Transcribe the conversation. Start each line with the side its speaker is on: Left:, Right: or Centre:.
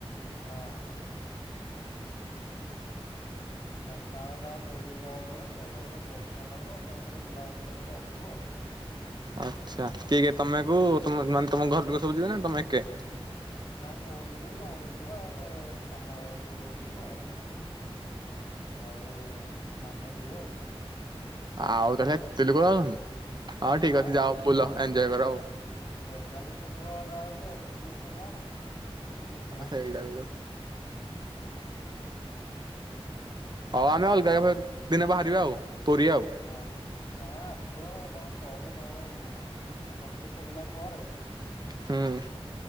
Left: ହଁ। ଢେଙ୍କାନାଳ ତାଙ୍କୁ ନେଇକି ଯିବାକୁ ପଡିବ ସେଠେ ଗୋଟେ ପରୀକ୍ଷା ଦବ ତାପରେ ବୁଲାବୁଲି କରିକି ଆସିବୁ ଆଉ।
Right: ଆଚ୍ଛା କିଏ କିଏ ତମକୁ ମାନେ ତମ ଘର ଲୋକ ସବୁ ଯିବେ ନା ତମେ ଏକା?
Left: ନାଇଁ ମୁଁ ଯିବି ଭଉଣୀ ଯିବ ଆଉ ଗୋଟେ ସାନ ଭାଇ ଯିବ। ଆଉ ମାମୁଁ ଯିବେ ଆଉ।
Right: ଆଉ
Left: ମାମୁଁ ଙ୍କ
Right: ତାହେଲେ
Left: ଝିଅ ତ
Right: ଏତେ ଲୋକ ଯାଉଛନ୍ତି ହଉ ଠିକ
Left: ହଁ
Right: ଅଛି
Left: ଏତିକି
Right: ଯାଅ ବୁଲ
Left: ତ ଯମା
Right: ଏଞ୍ଜୟ
Left: ସେଫ।
Right: କର ଆଉ।
Left: ସେଭେନ ସିଟର ହେଲାବେଳକୁ ଏତିକି ଲୋକ କଣ କିଛି ନାହିଁ।
Right: ସେଇଟା ଗୋଟେ
Left: ହଁ।
Right: ହଁ ଆମେ
Left: ଯାଇକି
Right: ଅଲଗା ଦିନେ ବାହାରିବା ଆଉ ପୁରି ଆଉ।
Left: ହଉ ତମେ ଆସିବ ତମେ କହିବ ତମର କଣ ହଉଚି। ଛଟି ଖୋଲିଲା ପରେ
Right: ହୁଁ।